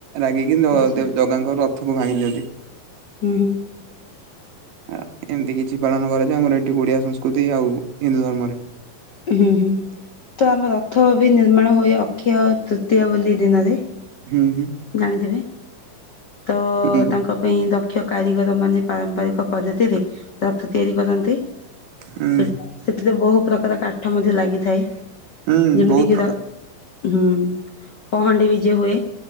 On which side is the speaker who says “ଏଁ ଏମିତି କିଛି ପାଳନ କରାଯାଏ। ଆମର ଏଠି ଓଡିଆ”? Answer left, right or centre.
Right